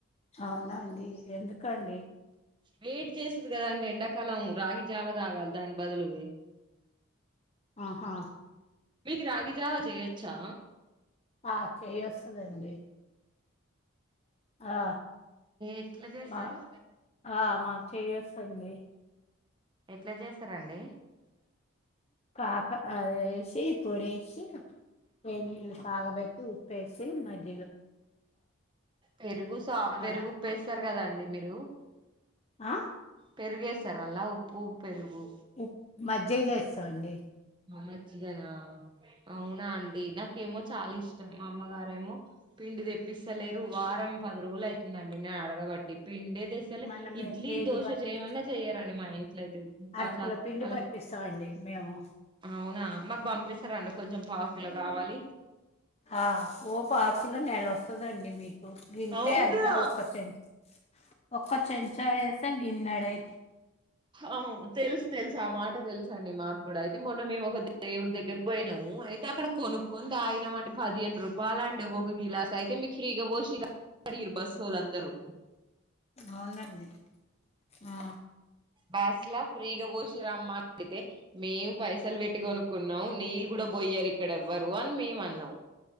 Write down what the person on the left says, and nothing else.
అవునాండి ఎందుకండి
ఆహా
ఆ చేయొస్తుందండి ఆ
అ ఆ మాకు చేయస్తుంది
కాకా అదే స కుడేసి ఏన్నిళ్లు కాగిబెట్టి ఉపేసే మరి
మ
ఆ
ఉ మజ్జిగ చేస్తం అండి.
మనం మేము
కేజీ
బట్టి
అరకిలో పిండి
పట్టిస్తామండి మేము
ఆ ఓ పావు కిలో నెల వస్తదండి మీక్. కు. గింతే
అంతా ఒక టెన్ ఒక్క చెంచా వేస్తే గిన్ గిన్నడయిత
అవునండి ఆ